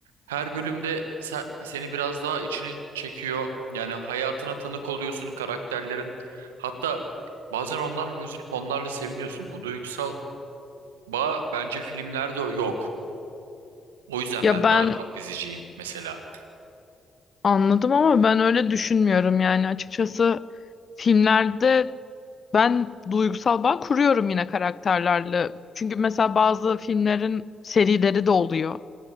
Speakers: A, on the right; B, on the left.
A: Her bölümde se- seni biraz daha içine çekiyor. Yani hayatına tanık oluyorsun karakterlerin. Hatta bazen onlarla üzülüp onlarla seviniyorsun. Bu duygusal bağ bence filmlerde o yok. O yüzden
B: Ya
A: ben
B: ben
A: daha çok diziciyim mesela.
B: anladım ama ben öyle düşünmüyorum yani açıkçası filmlerde ben duygusal bağ kuruyorum yine karakterlerle. Çünkü mesela bazı filmlerin serileri de oluyor.